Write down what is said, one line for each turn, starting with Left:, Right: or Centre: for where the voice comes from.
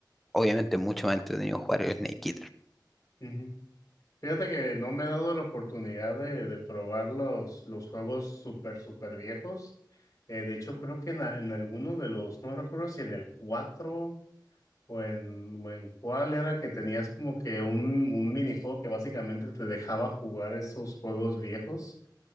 Centre: Obviamente mucho más entretenido jugar el Snake Eater.
Left: Ujú, Fíjate que no me he dado la oportunidad de, de probar los, los juegos súper, súper viejos. Eh, de hecho, creo que en, a- en alguno de los, no recuerdo si en el 4 o en, o en cuál era que tenías como que un, un minijuego que básicamente te dejaba jugar esos juegos viejos.